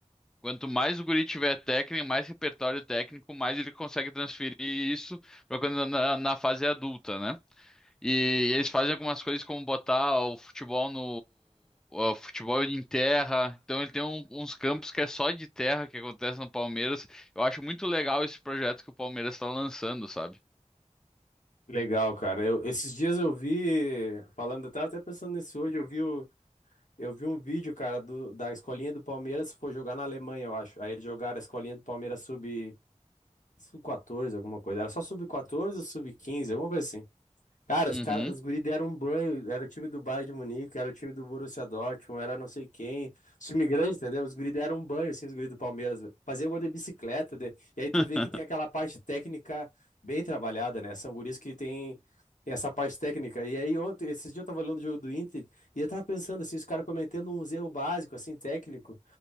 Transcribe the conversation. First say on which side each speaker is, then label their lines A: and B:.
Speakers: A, in the centre; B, on the left.
A: Quanto mais o guri tiver técnica, mais repertório técnico, mais ele consegue transferir isso para quando na, na fase adulta, né? E eles fazem algumas coisas como botar o futebol no o futebol em terra. Então ele tem um- uns campos que é só de terra que acontece no Palmeiras. Eu acho muito legal esse projeto que o Palmeiras está lançando, sabe?
B: Legal, cara. Eu, esses dias eu vi, falando, eu tava até pensando nisso hoje, eu vi, o- eu vi um vídeo, cara, do, da escolinha do Palmeiras, foi jogar na Alemanha, eu acho. Aí eles jogaram a escolinha do Palmeiras sub, sub 14, alguma coisa. Era só sub 14 ou sub 15 alguma coisa assim. Cara,
A: Uhum.
B: os, cara, os guri deram um banho. Era o time do Bayern de Munique, era o time do Borussia Dortmund, era não sei quem. Os time grande, entendeu? Os guri deram um banho, assim, os guri do Palmeiras. velho. Fazia gol de bicicleta. de- E aí tu
A: <laughs>
B: vê que tem aquela parte técnica bem trabalhada, né? São guris que tem, tem essa parte técnica. E aí, ontem, esses dias eu tava olhando o jogo do Inter e eu tava pensando, assim, os caras cometendo uns erros básicos, assim, técnico.